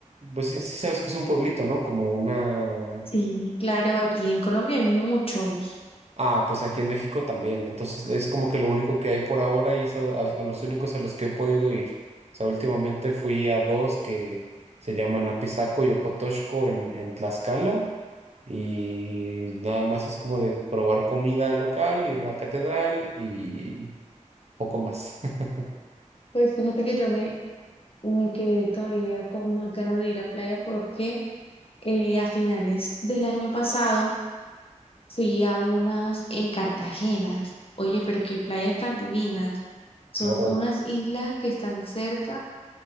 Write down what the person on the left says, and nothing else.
Sí, claro, aquí en Colombia hay muchos.
Pues fíjate que yo me, me quedé todavía con más ganas de ir a playa porque eh, a finales del año pasado Fui a unas en Cartagena. Oye, pero qué playas tan divinas. Son
unas islas que están cerca,